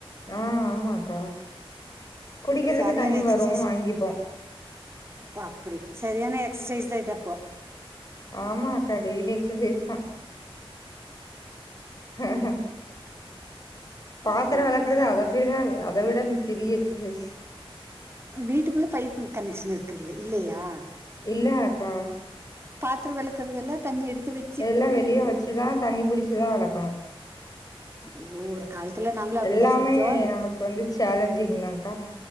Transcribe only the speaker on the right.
சரியான
எக்ஸசைஸ்
ஓ அப்படி சரியான எக்ஸசைஸ் தா இதப்போ
ம்.
வீட்டுக்குள்ள பைப்பு கனெக்ஷன் இருக்குல்லே இல்லையா
பாத்துர வெளக்கறதெல்லா தண்ணி எடுத்து வை
ஒ ஓர் காலத்துல நாங்களு அப்டிதாசெஞ்சோம்
இப்